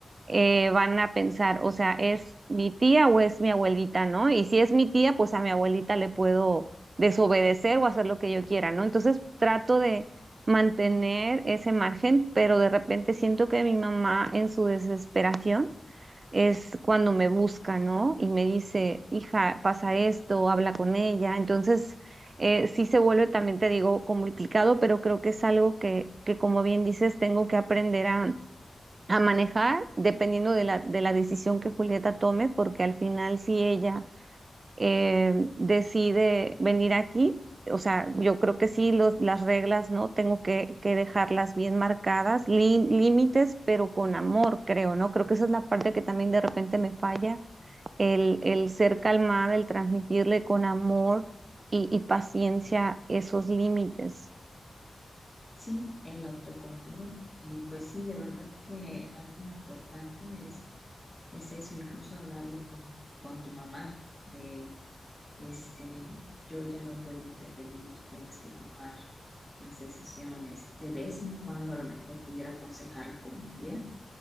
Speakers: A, on the right; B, on the left.
A: eh, van a pensar, o sea, ¿es mi tía o es mi abuelita, ¿no? Y si es mi tía, pues a mi abuelita le puedo desobedecer o hacer lo que yo quiera, ¿no? Entonces trato de mantener ese margen, pero de repente siento que mi mamá en su desesperación es cuando me busca, ¿no? Y me dice, hija, pasa esto, habla con ella. Entonces, eh, sí se vuelve también, te digo, complicado, pero creo que es algo que, que como bien dices, tengo que aprender a, a manejar dependiendo de la, de la decisión que Julieta tome, porque al final, si ella eh, decide venir aquí. O sea, yo creo que sí, los, las reglas, ¿no? Tengo que, que dejarlas bien marcadas, lí- límites, pero con amor, creo, ¿no? Creo que esa es la parte que también de repente me falla, el, el ser calmada, el transmitirle con amor y, y paciencia esos límites.
B: Sí, el autocontrol. Y pues sí, de verdad que algo importante es, es eso, incluso hablarlo con, con tu mamá de, este, yo ya no puedo intervenir, tienes que tomar las decisiones. De vez en cuando a lo mejor pudiera aconsejarla como tía,